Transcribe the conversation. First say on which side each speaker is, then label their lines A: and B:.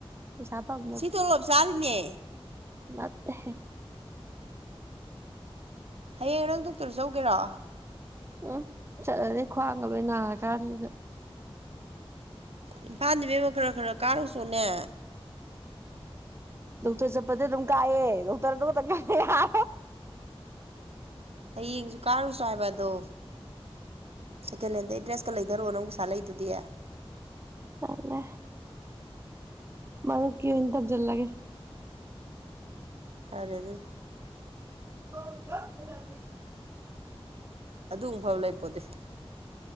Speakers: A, on the right; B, on the right.
A: ꯄꯩꯁꯥ ꯄꯥꯝ
B: ꯁꯤ ꯇꯣꯂꯣꯞ ꯆꯥꯔꯤꯅꯦ
A: ꯅꯠꯇꯦ
B: ꯍꯌꯦꯡ ꯅꯪ ꯗꯣꯛꯇꯔ ꯆꯠꯂꯨꯒꯦꯔꯣ
A: ꯎꯝ ꯆꯠꯂꯅꯤ ꯈ꯭ꯋꯥꯡꯒ ꯂꯣꯏ ꯅꯥꯔ ꯀꯥꯟꯁꯤꯗ
B: ꯏꯝꯐꯥꯟꯗꯕꯦꯝꯃ ꯈꯔ ꯈꯔ ꯀꯥꯔꯨꯆꯣꯅꯦ
A: ꯗꯣꯛꯇꯔ ꯆꯠꯄꯗꯤ ꯑꯗꯨꯝ ꯀꯥꯏꯑ ꯗꯣꯛꯇꯔ ꯑꯗꯨ ꯈꯛꯇꯪ ꯉꯥꯏ
B: ꯍꯌꯦꯡꯁꯨ ꯀꯥꯔꯨꯆꯣ ꯍꯥꯏꯕ ꯑꯗꯣ ꯁꯦꯀꯦꯟ ꯍꯦꯟꯗꯩ ꯗ꯭ꯔꯦꯁꯀ ꯂꯩꯙꯔꯛꯑꯣ ꯅꯪ ꯄꯩꯁꯥ ꯂꯩꯗꯨꯗꯤ
A: ꯇꯂꯦ <inaudible> ꯃꯔꯨꯞꯀꯤ ꯑꯣꯏꯅ ꯊꯝꯖꯦꯜꯂꯒꯦ
B: ꯐꯔꯦ ꯑꯗꯨ
A: ꯂ <inaudible>
B: ꯑꯗꯨꯒꯨꯝꯕ ꯐꯕ ꯂꯩꯄꯣꯠꯇꯗꯤ